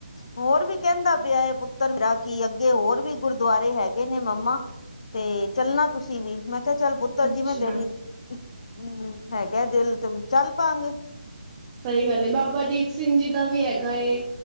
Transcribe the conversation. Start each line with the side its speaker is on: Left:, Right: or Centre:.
Left: ਹੋਰ ਵੀ ਕਹਿੰਦਾ ਪਿਆ ਏ ਪੁੱਤਰ ਮੇਰਾ ਕੀ ਅੱਗੇ ਹੋਰ ਵੀ ਗੁਰਦੁਆਰੇ ਹੈਗੇ ਨੇ ਮੰਮਾ। ਤੇ ਚੱਲਣਾ ਤੁਸੀਂ ਵੀ ਮੈਂ ਮੈਂ ਕਹਯਾ ਚੱਲ ਪੁੱਤਰ
Right: ਅੱਛਾ
Left: ਜੀਵੇੈਂ ਤੇਰੀ ਹਮ ਹੈਗਾ ਦਿਲ ਤੇ ਚੱਲ ਪਾਂਗੇ।
Right: ਸਹੀ ਗੱਲ ਏ ਬਾਬਾ ਦੀਪ ਸਿੰਘ ਜੀ ਦਾ ਵੀ ਹੈਗਾ ਏ